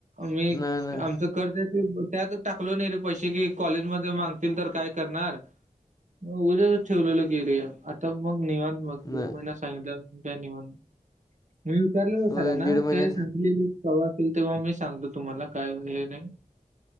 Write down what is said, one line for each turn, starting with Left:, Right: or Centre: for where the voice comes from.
Right: मी
Left: ना ना
Right: आमच कर्ज ते त्यात टाकलो नाही रे पैसे कि कॉलेज मध्ये मागतील तर काय करणार मग उद्या ठेवलेलं गेलिया आता मग निवांत मग
Left: नाही
Right: दीड महिना सांगितलं द्या निवांत. मी विचारले हो
Left: होय
Right: सरांना
Left: दीड महिन्या
Right: <unintelligible> सव असेल तेव्हा मी सांगतो तुम्हाला काय हे नाही